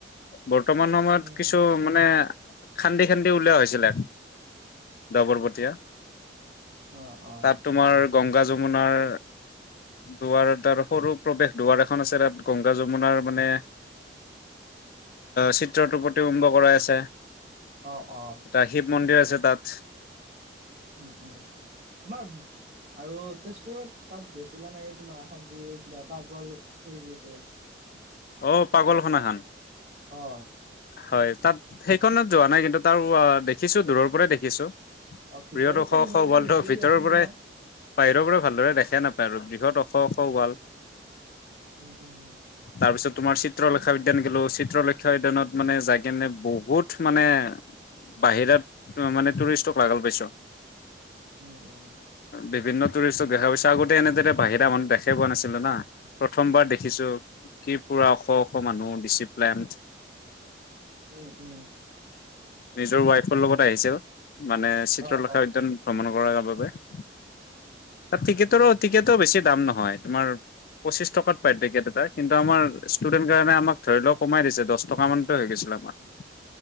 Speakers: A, on the left (about 50°); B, on the right (about 40°).
A: বৰ্তমান সময়ত
B: উম,
A: কিছু মানে খান্দি খান্দি উলিওৱা হৈছিলে ডপৰবটিয়া।
B: অ', অ',
A: তাত তোমাৰ গংগা যমুনাৰ দুৱাৰদাৰ সৰু প্ৰৱেশ দুৱাৰ এখন আছে তাত গংগা যমুনাৰ মানে চিত্ৰটো প্ৰতিবিম্ব কৰাই আছে
B: অ অ
A: ৰাশিৱ মন্দিৰ আছে তাত
B: উম উম তোমাৰ আৰু তেজপুৰত তাত গৈছিলা নাই এই তোমাৰ এখন যি কিবা পাগল সি আছে
A: <inaudible>
B: তোমাৰ
A: পাগলখনাখান
B: ধৰা অ
A: হয় তাত সেইখনত যোৱা নাই কিন্তু তাৰ দেখিছো দূৰৰ পৰাই দেখিছো
B: অ', ভিতৰতো
A: প্ৰিয়টো শ
B: সোমাব
A: শ ৱৰ্ল্ডৰ
B: নিদিয়ে
A: ভিতৰৰ
B: দিয়াচোন তোমাৰ
A: পৰাই বাহিৰৰ পৰা ভালদৰে দেখাই নাপায় আৰু বৃহৎ ওখ ওখ ওৱাল
B: উম উম উম
A: তাৰ পিছত তোমাৰ চিত্ৰলেখা উদ্যান গেলোঁ চিত্ৰলেখা উদ্যানত মানে যায় কেনে বহুত মানে বাহিৰত মানে টুৰিষ্টক পাগল পাইছ
B: উম উম
A: বিভিন্ন টুৰিষ্টক দেখা পাইছা আগতে এনেদৰে বাহিৰা মানুহ দেখাই পোৱা নাছিলো না প্ৰথমবাৰ দেখিছো কি পুৰা শ শ মানুহ ডিচিপ্লেন
B: উম উম
A: নিজৰ ৱাইফৰ লগত আহিছোঁ মানে চিত্ৰলেখা
B: অ', অ',
A: উদ্যান ভ্ৰমণ কৰাৰ বাবে তাত টিকেটৰো
B: উম,
A: টিকেটৰ বেছি দাম নহয় তোমাৰ পঁচিশ টকাত পায় পেকেট এটা কিন্তু আমাৰ ষ্টুডেন্ট কাৰণে আমাক ধৰি লও কমাই দিছে দহ টকা মানতে হৈ গৈছিলে <unintelligible>